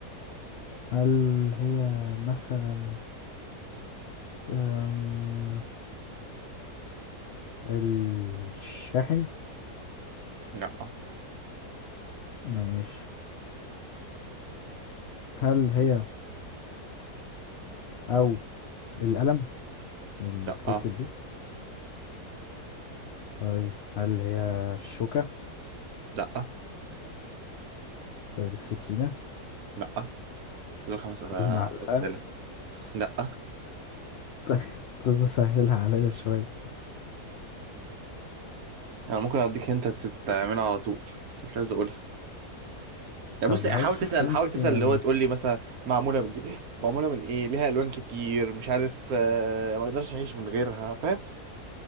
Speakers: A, on the left; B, on the right.
A: هل هي مثلا أم، الشاحن
B: لا
A: ماشي هل هي أو القلم اللي
B: لا
A: بتكتب بيه طيب هل هي الشوكة
B: لا
A: طيب السكينة
B: لا دول خمس أس-
A: طب المعلقة
B: أسئلة لا
A: طيب <laughs> لازم اسهلها عليا شوية
B: انا ممكن اديك انت تعملها على طول بس مش عايز اقولها يعني
A: طب
B: بص حاول
A: حاول تشوف
B: تسال
A: انت
B: حاول تسال
A: يعني
B: اللي هو تقول لي مثلا معموله من ايه معموله من ايه ليها الوان كتير مش عارف آه، ما اقدرش اعيش من غيرها فاهم